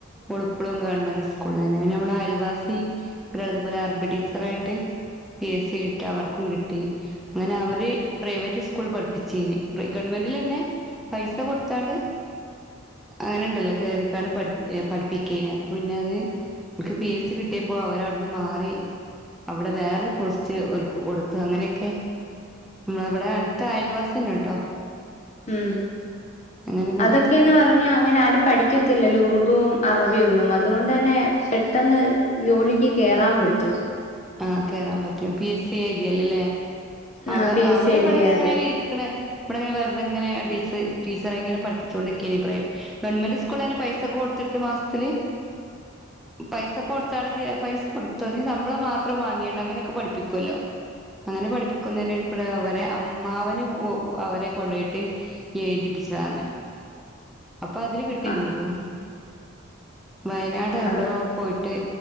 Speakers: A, in the centre; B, on the left.
A: ഓള്പ്പളും ഗവൺമെന്റ് സ്കൂളേന്നേ പിന്നെ നമ്മളെ അയൽവാസി ഒരാൾത്പ്പഒര് അറബി ടീച്ചറായിട്ട് പി എസ് സിയേറ്റ് അവർക്കുംകിട്ടി അങ്ങനെ അവര് പ്രൈവറ്റ് സ്കൂള്ള് പഠിപ്പിചീന് പ്രീ ഗവൺമെന്റിലന്നേ പൈസ കൊടുത്താണ്ട് അങ്ങനെണ്ടല്ലോ കേറിക്കാണ്ട് പഠി ഏഹ് പഠിപ്പിക്കേന അപ്പ പിന്നെ അത് ഓൽക്ക്‌ പി എസ് സി കിട്ടിയപ്പോ അവരവ്ട്ന്ന് മാറി അവ്ടെ വേറൊരു പോസ്റ്റ് ഓൽക്ക്‌ കൊടുത്തു അങ്ങനെയൊക്കെ മ്മള ഇവടെ അടുത്ത അയൽവാസ്യന്നട്ടോ
B: ഉം
A: അങ്ങനെ കൊടുത്ത്
B: അതക്കെ ഇ പറഞ്ഞാ അങ്ങനെ ആരും പഠിക്കത്തില്ലല്ലോ ഉറുദുവും അറബിയൊന്നും അതോണ്ടന്നേ പെട്ടന്ന് ജോലിക്ക് കേറാം പറ്റും
A: ആഹ് കേറാപറ്റും പി എസ് സി എഴതിയാല്ല്ലേ അവ
B: ആ പി എസ്
A: അവള്
B: സി എഴുതിയാല്
A: ഇവടെ ഇങ്ങനെ ഇരിക്ക്‌ണ ഇവടെങ്ങനെ വെറുതെങ്ങനെ ടീച്ചറ് ടീച്ചറായി ഇങ്ങന പഠിപ്പിച്ചോണ്ടിക്കേനി പ്രേ ഗവൺമെന്റ് സ്കൂൾളന്നെ പൈസൊക്കെ കൊടുത്തിട്ട് മാസ്ത്തില് പൈസൊക്കെ കൊടുത്താണ്ട് കേ പൈസ കൊടുത്തോരി ശമ്പളംമാത്രം വാങ്ങിയേണ്ട അങ്ങനെയൊക്കെ പഠിപ്പിക്കൊല്ലോ അങ്ങനെ പഠിപ്പിക്കുന്നേന്റെടേ കൂടെ അവരെ അമ്മാവന് ഉം അവരെകൊണ്ടയിട്ട് എഴ്തിപ്പിച്ചതാണ് അപ്പൊ അതില് കിട്ടിംചെയ്തു
B: ആ
A: വയനാട് എവിടോ
B: അത്
A: പോയിട്ട്